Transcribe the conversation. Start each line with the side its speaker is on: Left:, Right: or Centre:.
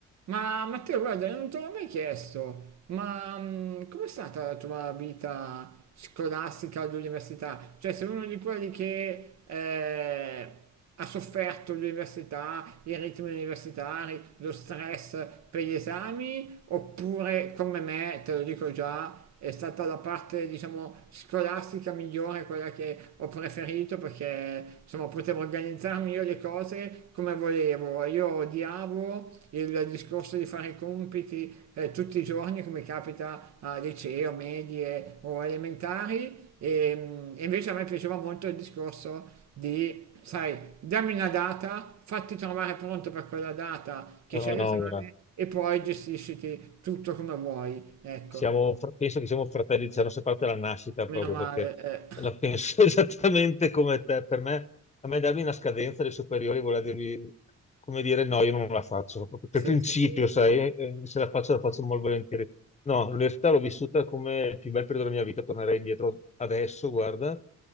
Right: Ma Matteo, guarda, non te l'ho mai chiesto, ma mm, com'è stata la tua vita scolastica all'università? Cioè, sei uno di quelli che eh, ha sofferto l'università, i ritmi universitari, lo stress per gli esami, oppure come me, te lo dico già, è stata la parte diciamo scolastica migliore, quella che ho preferito perché insomma potevo organizzarmi io le cose come volevo. Io odiavo il discorso di fare i compiti eh, tutti i giorni come capita a liceo, medie o elementari e mm, e invece a me piaceva molto il discorso di, sai, dammi una data, fatti trovare pronto per quella data che
Left: No,
Right: c'è l'esame
Left: no, guarda,
Right: e poi gestisciti tutto come vuoi. Ecco,
Left: Siamo- penso che siamo fratelli, ci hanno separati dalla nascita
Right: Meno
Left: proprio
Right: male,
Left: perché
Right: eh.
Left: la penso <laughs> esattamente come te. Per me, a me darmi una scadenza dei superiori vuol dirmi, come dire, no, io non la faccio, proprio per
Right: Sì,
Left: principio,
Right: sì, sì.
Left: sai, eh, se la faccio la faccio molto volentieri. No, l'università l'ho vissuta come il più bel periodo della mia vita, tornerei indietro adesso, guarda.